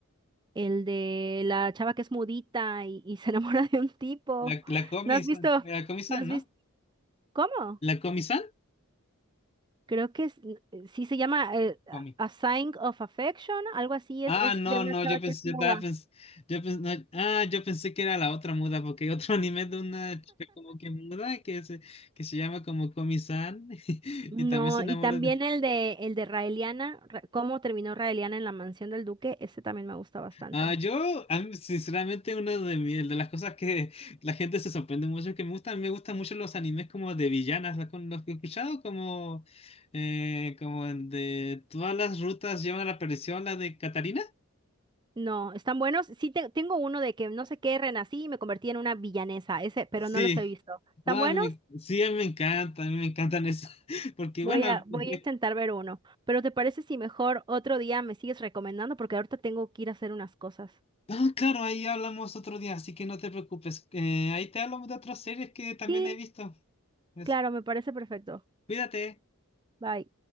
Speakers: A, on the right (about 20°); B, on the left (about 25°).
A: el de la chava que es mudita y, y se <laughs> enamora de un tipo.
B: La, la Comi-san,
A: ¿No has visto?
B: la Comi-san,
A: ¿No has
B: ¿no?
A: visto? ¿Cómo?
B: La Comi-san,
A: Creo que es- eh, sí se llama eh,
B: Comi.
A: A Sign of Affection, algo así,
B: Ah,
A: es, es
B: no,
A: de una
B: no,
A: chava
B: yo pensé,
A: que es muda.
B: yo estaba pens- yo pens- no, ah, yo pensé que era la otra muda, porque hay otro <laughs> anime de una chica como que muda que se, que se llama como Komi-san <laughs> y
A: No,
B: también se enamora
A: y también
B: de...
A: el de el de Raeliana, Ra- cómo terminó Raeliana en la mansión del duque, ese también me gusta bastante.
B: Ah, yo, a mí, sinceramente, una de, mi- de las cosas que la gente se sorprende mucho que me gustan, me gustan mucho los animes como de villanas, los, con los que he escuchado como, eh, como el de todas las rutas llevan a la perdición, la de Catarina.
A: No, están buenos. Sí, te- tengo uno de que no sé qué, renací y me convertí en una villanesa, ese, pero
B: Sí,
A: no los he visto. ¿Están
B: no, a
A: buenos?
B: mí sí, a mí me encanta, a mí me encantan eso, <laughs> porque
A: Voy
B: bueno,
A: a, voy
B: <laughs>
A: a intentar ver uno. Pero ¿te parece si mejor otro día me sigues recomendando? Porque ahorita tengo que ir a hacer unas cosas.
B: ah, claro, ahí hablamos otro día, así que no te preocupes, eh, ahí te hablamos de otras series que también
A: Sí,
B: he visto. Eso.
A: claro, me parece perfecto.
B: Cuídate.
A: Bye.